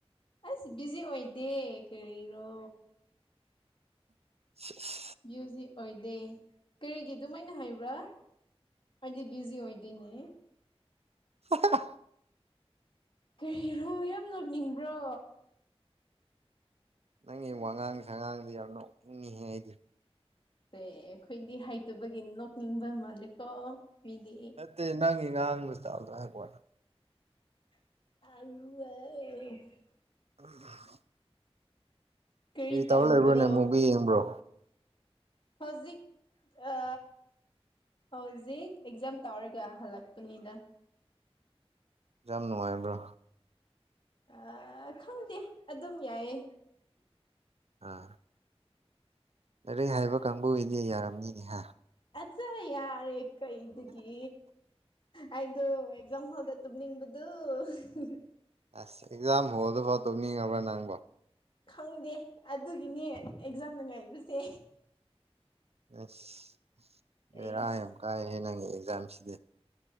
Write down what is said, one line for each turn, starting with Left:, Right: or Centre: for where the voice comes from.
Left: ꯑ꯭ꯁ ꯕꯤꯖꯤ ꯑꯣꯏꯗꯦ ꯀꯔꯤꯔꯣ
Right: <unintelligible>
Left: ꯚ꯭ꯌꯨꯖꯤ ꯑꯣꯏꯗꯦ ꯀꯔꯤꯒꯤ ꯑꯗꯨꯃꯥꯏꯅ ꯍꯥꯏꯕ ꯑꯩꯗꯤ ꯕꯤꯖꯤ ꯑꯣꯏꯗꯦꯅꯦ
Right: <unintelligible>
Left: ꯀꯔꯤꯔꯣ ꯌꯥꯝ ꯅꯣꯛꯅꯤꯡꯕ꯭ꯔꯣ
Right: ꯅꯪꯒꯤ ꯋꯥꯉꯥꯡ ꯁꯉꯥꯡꯗꯣ ꯌꯥꯝ ꯅꯣꯛꯅꯤꯡꯉꯤꯍꯦ ꯑꯩꯗꯤ
Left: ꯁꯦ ꯑꯩꯈꯣꯏꯗꯤ ꯍꯩꯇꯕꯒꯤ ꯅꯣꯛꯅꯤꯡꯕ ꯃꯥꯜꯂꯦꯀꯣ ꯃꯤꯗꯤ
Right: ꯅꯠꯇꯦ ꯅꯪꯒꯤ ꯉꯥꯡꯕ ꯁꯇꯥꯢꯜꯗꯣ ꯍꯥꯏꯕꯋꯥꯅꯦ
Left: <unintelligible>
Right: <inaudible>
Left: ꯀꯔꯤ ꯇꯧꯕ꯭ꯔꯣ
Right: ꯇꯧꯔ ꯂꯩꯕ꯭ꯔꯣꯅꯦ ꯃꯨꯚꯤ ꯌꯦꯡꯕ꯭ꯔꯣ
Left: ꯍꯧꯖꯤꯛ ꯑ ꯍꯧꯖꯤꯛ ꯑꯦꯛꯖꯥꯝ ꯇꯧꯔꯒ ꯍꯜꯂꯛꯄꯅꯤꯗ
Right: ꯑꯦꯛꯖꯥꯝ ꯅꯨꯡꯉꯥꯏꯕ꯭ꯔꯣ
Left: ꯑꯥ ꯈꯪꯗꯦ ꯑꯗꯨꯝ ꯌꯥꯏꯌꯦ
Right: ꯑꯥ ꯂꯥꯏꯔꯤꯛ ꯍꯩꯕ ꯀꯥꯡꯕꯨꯒꯤꯗꯤ ꯌꯥꯔꯝꯅꯤꯅꯦ ꯍꯥ
Left: ꯑꯠꯆꯥ ꯌꯥꯔꯦ ꯀꯩꯗꯒꯤ ꯑꯩꯗꯣ ꯑꯦꯛꯖꯥꯝ ꯍꯣꯜꯗ ꯇꯨꯝꯅꯤꯡꯕ <unintelligible>
Right: ꯑ꯭ꯁ ꯑꯦꯛꯖꯥꯝ ꯍꯣꯜꯗꯐꯥꯎ ꯇꯨꯝꯅꯤꯡꯉꯕ꯭ꯔꯥ ꯅꯪꯕꯣ
Left: ꯈꯪꯗꯦ ꯑꯗꯨꯒꯤꯅꯦ ꯑꯦꯛꯖꯥꯝ ꯅꯨꯡꯉꯥꯏꯕꯁꯦ
Right: ꯑꯁ ꯕꯦꯔꯥ
Left: ꯑꯩꯁ
Right: ꯌꯥꯝ ꯀꯥꯏꯍꯦ ꯅꯪꯒꯤ ꯑꯦꯛꯖꯥꯝꯁꯤꯗꯤ